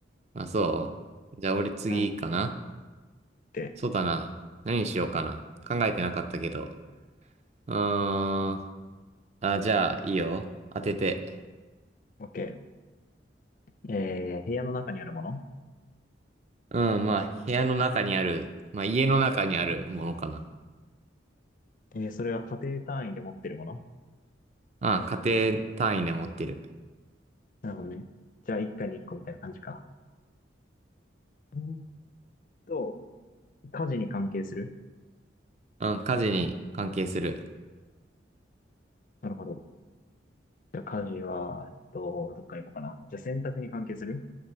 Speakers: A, on the right; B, on the left.
A: まあ、そうじゃあ俺次かな
B: うん。で、
A: そうだな。何にしようかな。考えてなかったけど。うーん。あ、じゃあ、いいよ。当てて。
B: OK。えー、部屋の中にあるもの。
A: うん、まあ、部屋の中にある、まあ、家の中にあるものかな。
B: えー、それは家庭単位で持ってるもの。
A: あ家庭単位で持ってる。
B: なるほどね。じゃあ、一家に一個みたいな感じか。うーんと、家事に関係する
A: うん、家事に関係する。
B: なるほど。じゃあ、家事は、えっと、どっから行こうかな。じゃあ、洗濯に関係する